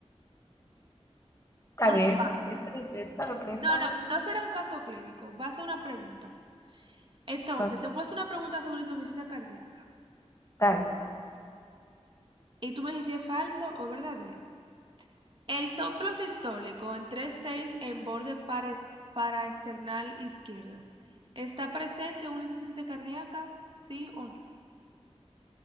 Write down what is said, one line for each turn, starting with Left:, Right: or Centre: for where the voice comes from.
Left: Está
Right: Uno
Left: bien,
Right: fácil.
Left: piénsalo, piénsalo, piénsalo.
Right: No, no, no será un caso clínico, va a ser una pregunta. Entonces,
Left: Ah,
Right: te voy a hacer una pregunta sobre insuficiencia cardíaca.
Left: Está bien.
Right: Y tú me dices si es falso o verdadero. El soplo sistólico en tres seis en borde pare- paraesternal izquierdo. ¿Está presente en una insuficiencia cardíaca? ¿Sí o no?